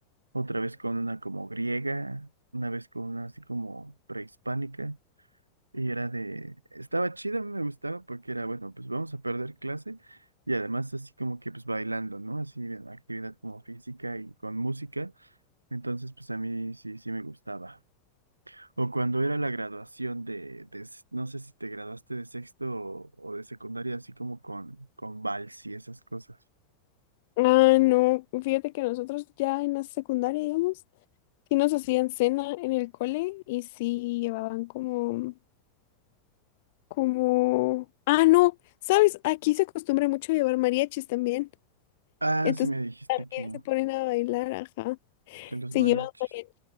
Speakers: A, on the right; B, on the left.
A: otra vez con una como griega, una vez con una así como prehispánica. Y era de, estaba chida, me gustaba porque era, bueno, pues vamos a perder clase y además así como que pues bailando, ¿no? Así actividad como física y con música. Entonces pues a mí sí, sí me gustaba. O cuando era la graduación de, de s- no sé si te graduaste de sexto o, o de secundaria, así como con, con vals y esas cosas.
B: Ah, no, fíjate que nosotros ya en la secundaria, digamos, sí nos hacían cena en el cole y sí llevaban como, como, ah, no, sabes, aquí se acostumbra mucho llevar mariachis también,
A: Ah,
B: entonces
A: sí me dijiste
B: también
A: que,
B: se ponen a bailar, ajá,
A: que los
B: se
A: mariachis.
B: llevan mariachis,